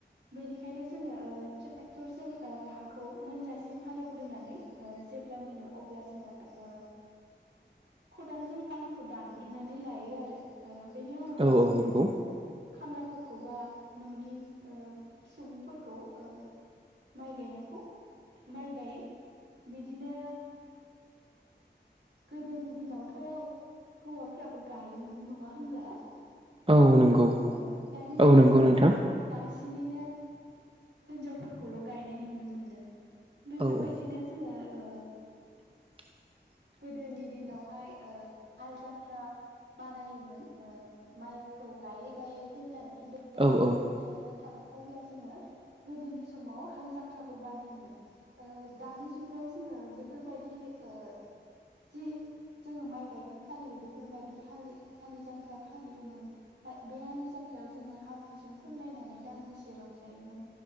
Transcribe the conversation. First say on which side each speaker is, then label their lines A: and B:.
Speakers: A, on the right; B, on the right.
A: बेनिखायनो जोंङो ट्रेक्टरजों हाखौ मोनजासिम हालेवग्रोनानै जेब्ला मोनो अब्ला जोंङो खदालजों आलिखौ दानग्रोनानै लायो आरो बेनि उनावहाय
B: औ
A: जोंङो
B: औ नंगौ
A: खामलाफोरखौ बा न'नि ओ सुबुंफोरखौ ओ माइ गायनायखौ माइ गायो बिदिनो गोदोनि दिनावथ' हौवाफ्राबो गायोमोन नङा होनब्ला?
B: औ
A: नोंथां
B: नंगौ
A: ओ दानि जुगाव
B: औ नंगौ
A: जोङो
B: नोंथां
A: ओ बांसिन बांसिनैनो हिनजावफोरखौल' गायनाय नुनो मोनो। बेफोरबायदिनो
B: औ
A: जोङो
B: <inaudible>
A: ओ गोदोनि दिनावहाय हाल जांख्रा बानायोमोन ओ माइखौ गायै गायै जेब्ला खिदब्लायसे
B: औ औ
A: बा दब्लायनल' थागोन अब्ला जोङो गोदोनि समाव हाल जांख्राबो बानायोमोन। ओ दानि जुगाव जोङो बेफोरबायदि ओ जि जोङो माइ गायखां फालियो बेफोरबायदि हा हालि जांख्रा फालियोमोन। बे हालि जांख्रा जांख्रायाव जोङो हाब्रुजों फानलायनानै दांजेसे रंजायोमोन।